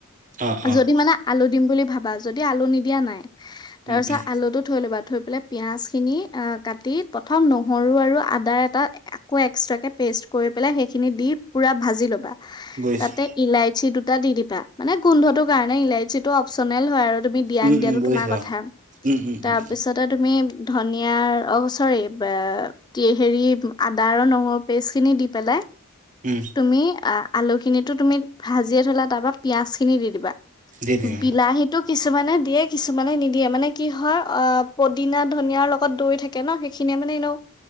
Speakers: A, on the right (about 35°); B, on the left (about 20°).
A: অ', অ',
B: যদি মানে আলু দিম বুলি ভাব বা যদি আলু নিদিয়া নাই। তাৰপছত
A: উম, উম,
B: আলুটো থৈ ল'বা, থৈ পেলাই পিয়াজ খিনি কাটি প্ৰথম নহৰু আৰু আদাৰ এটা কৌ এক্সট্ৰাকে পেষ্ট কৰি পেলাই সেইখিনি দি পুৰা ভাজি লবা।
A: বুজিছো।
B: তাতে ইলাইচি দুটা দি দিবা মানে গোন্ধটোৰ কাৰণে ইলাইচি টো অপচনেল হয় আৰু তুমি দিয়া
A: উম,
B: নিদিয়াটো
A: উম, বুজিছো
B: তোমাৰ কথা।
A: অ', উম, উম,
B: তাৰপিছতে
A: উম,
B: তুমি ধনিয়াৰ অ', চৰি বা এ, হেৰি আদা আৰু নহৰু পেষ্টখিনি দি পেলাই
A: উ।
B: মি আলু খিনিটো তুমি ভাজিয়ে থলা তাৰপা পিয়াজ খিনি দি দিবা।
A: দি দিম
B: বিলাহীটো কিছুমানে দিয়ে, কিছুমানে নিদিয়ে মানে কি হয় অ', পদ দিনা, ধনিয়াৰ লগত দৈ থাকে ন, সেইখিনিয়ে মানে এনেও